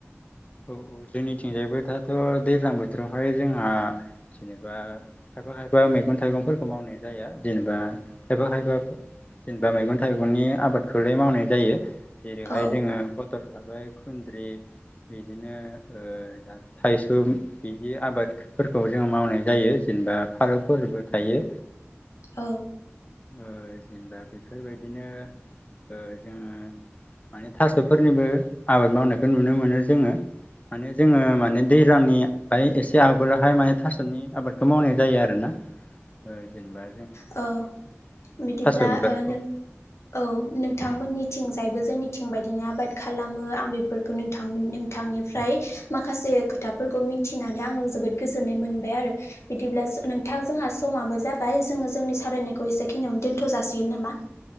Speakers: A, on the left (about 30°); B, on the left (about 75°).
A: औ औ जोंनिथिंजायबो दाथ' दैज्लां बोथोरावहाय जोंहा जेनेबा खायफा खायफा मैगं थाइगंफोरखौ मावनाय जाया जेनेबा खायफा खायफा जेनेबा मैगं थाइगंनि आबादखौैलाय मावनाय जायो। जेरैहाय
B: औ
A: जोङो पथल थाबाय खुन्द्रि बिदिनो ओ दा थाइसुम बिदि आबाद फोरखौ जोंङो मावनाय जायो जेनेबा फालौफोरबो थायो।
B: औ।
A: औ जेनेबा बेफोरबायदिनो ओ जोङो माने थास'फोरनिबो आबाद मावनायखौ नुनो मोनो जोङो। माने जोङो माने दैज्लांनि माने एसे आगोलावहाय माने थास'नि आबादखौ मावनाय जायोआरो ना।
B: <inaudible>
A: ओ जेनेबा जों थास'नि
B: औ बिदिब्ला
A: थास' बिबारखौ
B: ओ नों औ नोंथांमोननिथिंजायबो जोंनिथिं बायदिनो आबाद खालामो आं बे फोरफोरखौ नोंथां नोंथांनिफ्राय माखासे खोथाफोरखौ मिथिनानै आङो जोबोद गोजोननाय मोनबाय आरो। बिदिब्ला नोंथां जोंहा समाबो जाबाय जोङो जोंनि सावरायनायखौ एसेखिनियावनो दोनथ' जासिगोन नामा?